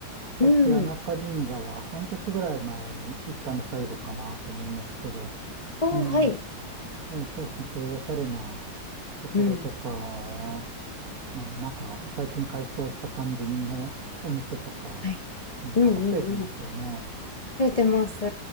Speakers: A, on the left (about 50°); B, on the right (about 55°).
A: うん。
B: 私、谷中銀座は半年ぐらい前に行ったの最後かなと思いますけど、
A: お、
B: えー
A: はい。
B: えー確かにそういうおしゃれなところとか、
A: うん。
B: ね、なんか最近改装した感じのお店とか、
A: はい。
B: うん、
A: うんうんうん。
B: なんか増えてますよね。
A: 増えてます。